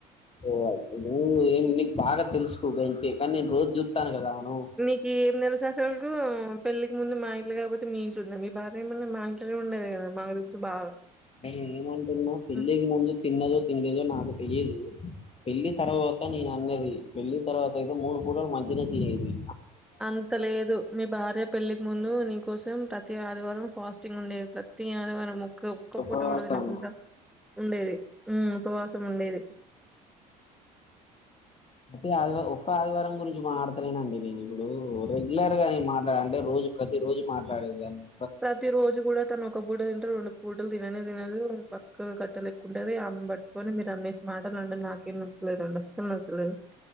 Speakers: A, on the left (about 30°); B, in the centre.
A: ఓ నువ్ నీ బాగా తెల్సుకో గ ఇంతే కానీ నేను రోజూ చూతన్నా కదా మనం
B: నీకి నెల శాస్రం పెళ్ళలికి ముందు మా ఇంట్ల కాకపోతే మీ ఇంట్లో ఉంద మీ బార్య ఏమన్నా మా ఇంట్లో ఉండేది కదా మాకు తెలుసు బాగా
A: అ ఏమంటున్నా పెళ్లికి
B: హ్మ్.
A: ముందు తిన్నదో ఏదో నాకు తెలియదు పెళ్లి తర్వాత నేను అన్నది పెళ్లికి తర్వాత ఏదో మూడు పూటలు మంచిగనే తీనేది
B: అంత లేదు మీ భార్య పెళ్ళికి ముందు నీకు కోసం ప్రతి ఆదివారం ఫాస్టింగ్ ఉండేది ప్రతి ఆదివారం ఒ ఒక్క
A: ఉపవాసం
B: పూట కూడ తినకుండా ఉండేది ఉ ఉపవాసం ఉండేది
A: ప్రతి ఆది ఒక్క ఆదివారం గురించి మాట్డతలేనండి నేను ఇప్పుడు రెగ్యులర్ గా నేను మాట్లాడ అంటే రోజు ప్రతి రోజు మాట్లాడేదాన్ని
B: ప్రతి రోజు కూడా తను ఒక పూట తింటరూ రెండు పూటలు తిననే తినదు ఉ కట్టలేకు కుంటది ఆమేనిపట్టుకొని మీరు అన్నీ మాటలు అంటే నాకేం నచ్చలేదు అండి అస్సలు నచ్చలేదు